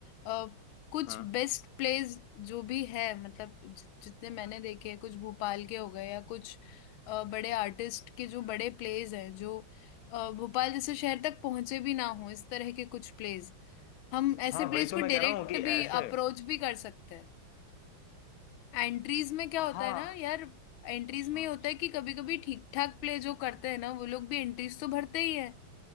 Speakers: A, on the left; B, on the left.
A: अ, कुछ
B: हाँ
A: बेस्ट प्लेस जो भी है मतलब जि- जितने मैंने देखे हैं कुछ भोपाल के हो गए या कुछ अ, बड़े आर्टिस्ट के जो बड़े प्लेस हैं जो अ, भोपाल जैसे शहर तक पहुंचे भी ना हो इस तरह के कुछ प्लेस हम ऐसे
B: हाँ
A: प्लेस
B: वही तो
A: को
B: मैं
A: डायरेक्ट
B: कह रहा हूँ कि
A: भी
B: ऐसे
A: अप्रोच भी कर सकते हैं एंट्रीज में क्या होता
B: हाँ
A: है ना यार एंट्रीज में
B: हाँ
A: ये होता है कि कभी कभी ठीक ठाक प्ले जो करते हैं ना वो लोग भी एंट्रीज तो भरते ही है